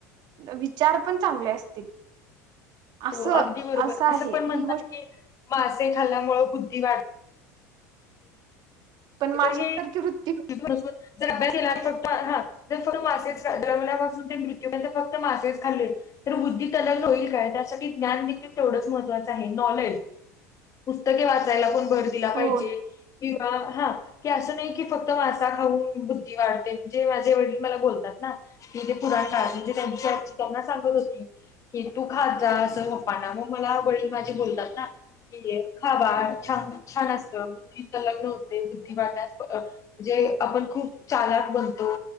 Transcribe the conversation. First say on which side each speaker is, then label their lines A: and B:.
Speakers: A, on the right; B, on the left.
A: विचार पण चांगले असतील असं
B: हो अगदी बरोबर
A: आहे
B: असं पण म्हणतात
A: ही गोष्ट
B: की मासे खाल्ल्यामूळ बुद्धी वाढ
A: पण माशासारखी
B: तर हे
A: वृत्ती
B: ज अभ्यास केला फक्त हा जर फक्त मासेच जन्मल्यापासून ते मृत्यूंपर्यंत फक्त मासेच खाल्ले तर बुद्धीत <unintelligible> काय तर असं की ज्ञान देखील तेवढंच महत्त्वाचं आहे नॉलेज पुस्तके वाचायला पण भर दिला
A: हो
B: पाहिजे किंवा हा की असं नाही की फक्त मासा खाऊन बुद्धी वाढते जे माझे वडील मला बोलतात ना हे जे पुरांता म्हणजे त्यांची आजची त्यांना सांगत होती कि तू खात जा असं पप्पांना मग मला वडील माझे बोलतात ना कि खा छान छान असत बुद्धी तर <unintelligible> होते बुद्धिवाटा म्हणजे आपण खूप चालाक म्हणतो